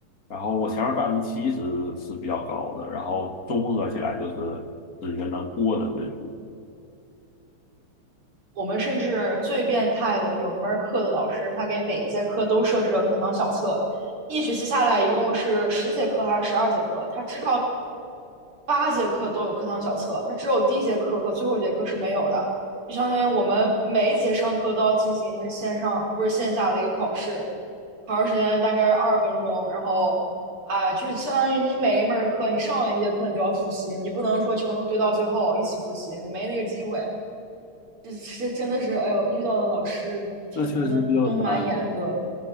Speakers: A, on the left; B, on the right.
A: 然后我前面百分之七十是比较高的，然后综合起来就是是一个能过的分数。
B: 我们甚至最变态的，有一门课的老师，他给每一节课都设置了课堂小测，一学期下来一共是十节课还是十二节课，他只。八节课都有课堂小测，它只有第一节课和最后一节课是没有的。就相当于我们每一节上课都要进行一个线上不是线下的一个考试，考试时间大概是二十分钟，然后啊、呃就是相当于你每一门课你上完一节课你就要复习，你不能说全都堆到最后一起复习，没那个机会。这这真的是，哎呦，遇到的老师挺真的都蛮严格的。
A: 那确实比较难。